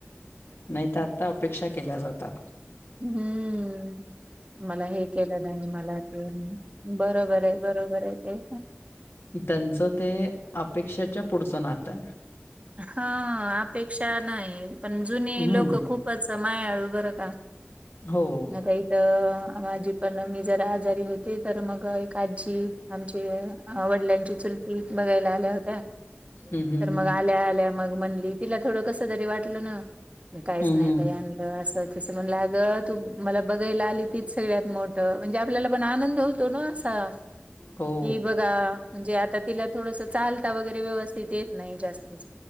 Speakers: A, on the left (about 65°); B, on the right (about 30°).
A: नाही तर आता अपेक्षा केल्या जातात.
B: हम्म. मला हे केलं नाही, मला बरोबर आहे, बरोबर आहे ते.
A: त्यांचं ते अपेक्षेच्या पुढचं नातं आहे.
B: हा, अपेक्षा नाही, पण जुनी
A: हं.
B: लोक खूपच मायाळू बरं का.
A: हो.
B: मता इथ माझी पण मी जर आजारी होते, तर मग एक आजी आमचे वडिलांची चुलती बघायला आल्या होत्या.
A: हम्म हम्म
B: तर मग
A: हम.
B: आल्या आल्या मग म्हणली, तिला थोड कस तरी व वाटलं ना, काहीच
A: हं
B: नाही
A: हं
B: बाई अनल अस तसं म्हणल, अगं तू मला बघायला आली तीच सगळ्यात मोठं, म्हणजे आपल्याला पण आनंद होत तो न असा
A: हो
B: कि बघा म्हणजे, आता तिला थोडस चालता वगैरे व्यवस्थित येत नाही जास्त. <inaudible>